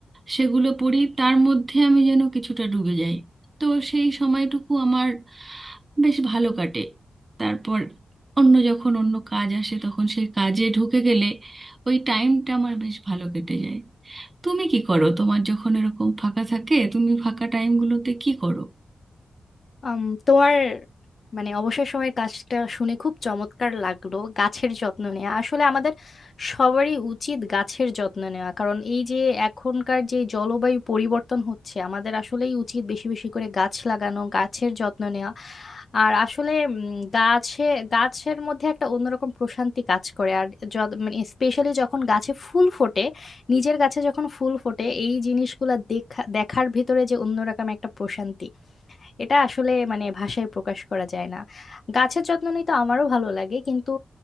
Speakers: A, on the right; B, on the left.
A: সেগুলো পড়ি তার মধ্যে আমি যেন কিছুটা ডুবে যাই তো সেই সময়টুকু আমার বেশ ভালো কাটে তারপর অন্য যখন অন্য কাজ আসে তখন সেই কাজে ঢুকে গেলে ওই টাইমটা আমার বেশ ভালো কেটে যায় তুমি কি করো তোমার যখন এরকম ফাঁকা থাকে তুমি ফাঁকা টাইমগুলোতে কি করো
B: আম, তোমার মানে অবসর সময়ের কাজটা শুনে খুব চমৎকার লাগলো গাছের যত্ন নেওয়া আসলে আমাদের সবারই উচিত গাছের যত্ন নেওয়া কারণ এই যে এখনকার যে জলবায়ু পরিবর্তন হচ্ছে আমাদের আসলেই উচিত বেশি বেশি করে গাছ লাগানো গাছের যত্ন নেওয়া আর আসলে উম, গাছে গাছের মধ্যে একটা অন্যরকম প্রশান্তি কাজ করে আর যত মানে স্পেশালি যখন গাছে ফুল ফোটে নিজের গাছে যখন ফুল ফোটে এই জিনিসগুলা দেখা দেখার ভিতরে যে অন্যরকম একটা প্রশান্তি এটা আসলে মানে ভাষায় প্রকাশ করা যায় না গাছের যত্ন নিতে আমারও ভালো লাগে কিন্তু